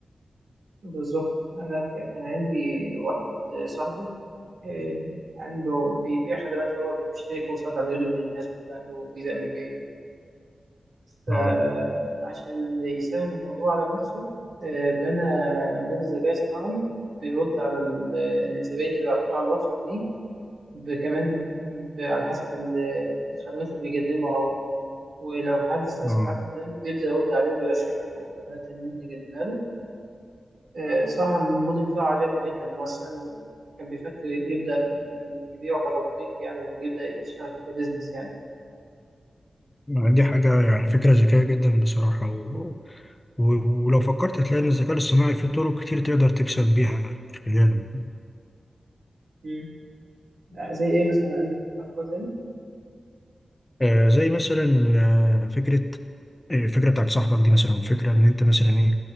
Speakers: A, on the right; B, on the left.
A: بالظبط أنا ك- كان عندي واحد صاحبي آه، عنده بيبيع خدمات اللي هو بيشتري كورسات على يوديمي للناس وكده عنده فيزا أمريكية فعشان
B: اه
A: يسهل الموضوع على نفسه آه، بنى موديل ذكاء صناعي بيرد على ال- الزبائن اللي بيعترضوا على الوصفة دي كمان ب- على حسب ال- الخدمات اللي بيقدمها هو ولو حد استرسل
B: اه
A: معاه في الكلام بيبدأ يرد عليه وبيرشح له خدمات تانية ممكن يقدمها له آه، صراحة الموديل بتاعه عجبني جدا هو أصلا كان بيفكر يبدأ ي- يبيعه كتطبيق يعني ويبدأ يشتغل فيه كبزنس يعني
B: دي حاجة يعني فكرة ذكية جدا بصراحة و... و... ولو فكرت هتلاقي إن الذكاء الاصطناعي فيه طرق كتير تقدر تكسب بيها من خلاله
A: مم. آه، زي إيه مثلا عندك أفكار تانية؟
B: آه، زي مثلا آه، فكرة آه، الفكرة بتاعت صاحبك دي مثلا فكرة إن أنت مثلا إيه